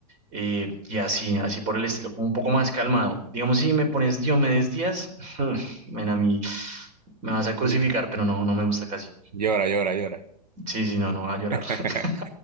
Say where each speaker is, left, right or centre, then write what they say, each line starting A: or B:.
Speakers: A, on the right (about 40°); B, on the right (about 85°).
A: eh, y así, así por el estilo, como un poco más calmado. Digamos, si me pones Diomedes Díaz, <laughs> ven a mí, me vas a crucificar,
B: Ll-
A: pero no, no me gusta casi.
B: Llora, llora, llora.
A: Sí, sí, no, no va a llorar.
B: <laughs>
A: <laughs>